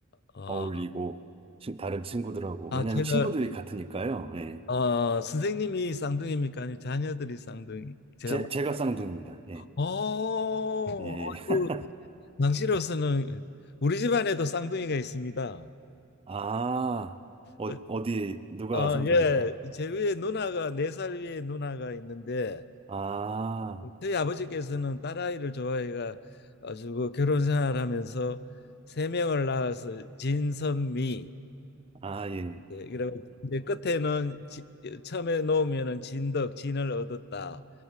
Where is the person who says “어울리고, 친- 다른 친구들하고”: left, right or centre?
Right